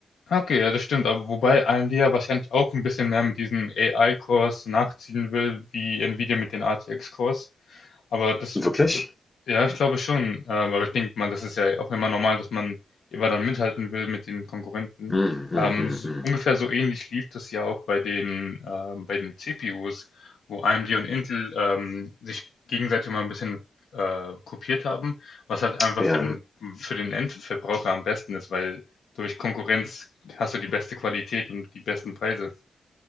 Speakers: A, on the left (about 75°); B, on the left (about 30°).
A: Okay, ja, das stimmt. Aber wobei AMD ja wahrscheinlich auch ein bisschen mehr mit diesen ai kurs nachziehen will, wie Nvidia mit den RTX-Cores. Aber das,
B: Wirklich?
A: d- ja, ich glaube schon. Ähm, Aber ich denke mal, das ist ja auch immer normal, dass man immer dann mithalten will mit den Konkurrenten.
B: Hm, hm,
A: Ähm,
B: hm,
A: so,
B: hm.
A: ungefähr so ähnlich lief das ja auch bei den, ähm, bei den CPUs, wo AMD und Intel ähm, sich gegenseitig mal ein bisschen äh, kopiert haben, was halt einfach
B: Ja,
A: für den, für den Endverbraucher am besten ist, weil durch Konkurrenz hast du die beste Qualität und die besten Preise.